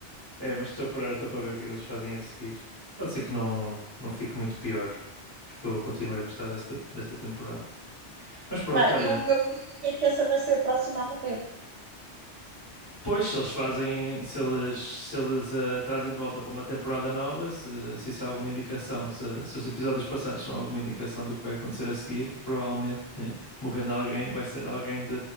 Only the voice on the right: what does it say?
Pá,
eu, o meu feeling é que essa vai ser a próxima a morrer.